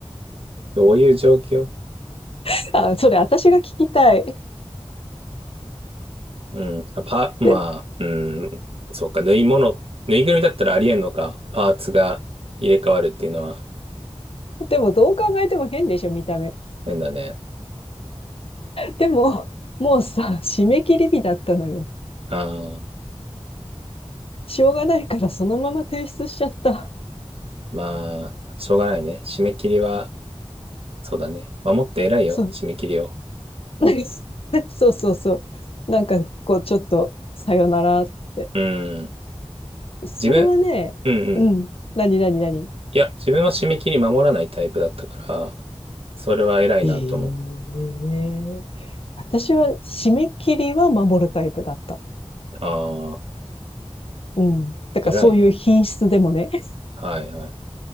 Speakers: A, on the right (about 60°); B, on the left (about 60°).
A: どういう状況
B: <laughs> あ、それ私が聞きたい。
A: うん。あパ、まあ、
B: で、
A: うん。そうか、縫い物、縫いぐるみだったらありえんのか。パーツが入れ替わるっていうのは
B: でもどう考えても変でしょ、見た目。
A: 変だね。
B: でも、もうさ、締め切り日だったのよ。
A: ああ、
B: しょうがないからそのまま提出しちゃった。
A: まあ、しょうがないね。締め切りは、そうだね。守って偉いよ、
B: そう。
A: 締め切りを。
B: <laughs> そうそうそう。なんか、こう、ちょっと、さよなら。って
A: うん。
B: それはね、
A: 自分、うんうん。
B: うん。何何何、
A: いや、自分は締め切り守らないタイプだったから、それは偉いなと思う。
B: ええ私は締め切りは守るタイプだった。
A: ああ、
B: うん。だからそういう品質でもね。
A: 偉いね。
B: <laughs>
A: はいはい。い